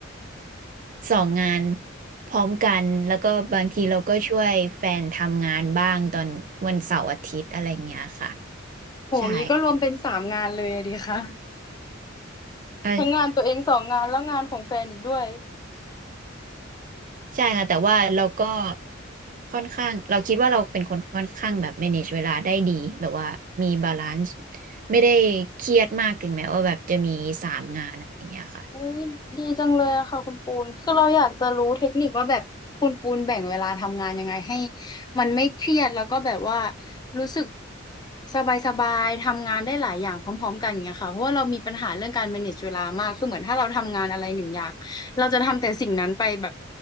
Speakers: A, on the right (about 45°); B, on the left (about 20°).
A: ำสองงานพร้อมกันแล้วก็บางทีเราก็ช่วยแฟนทำงานบ้างตอนวันเสาร์อาทิตย์อะไรเงี้ยค่ะ
B: โหงี้ก็รวมเป็นสามงานเลยอะดีคะ
A: ใช่เออ
B: ทั้งงานตัวเองสองงานแล้วงานของแฟนอีกด้วย
A: ใช่ค่ะแต่ว่าเราก็ค่อนข้างเราคิดว่าเราเป็นคนค่อนข้างแบบ manage เวลาได้ดีแบบว่ามีบาลานซ์ไม่ได้เครียดมากถึงแม้ว่าแบบจะมีสามงานอะไรเงี้ยค่ะ
B: อุ้ยดีจังเลยอะค่ะคุณปูนคือเราอยากจะรู้เทคนิคว่าแบบคุณปูนแบ่งเวลาทำงานยังไงให้มันไม่เครียดแล้วก็แบบว่ารู้สึกสบายสบายทำงานได้หลายอย่างพร้อมๆกันอย่างเงี้ยค่ะเพราะว่าเรามีปัญหาเรื่องการ manage เวลามากคือเหมือนถ้าเราทำงานอะไรหนึ่งอย่างเราจะทำแต่สิ่งนั้นไปแบบ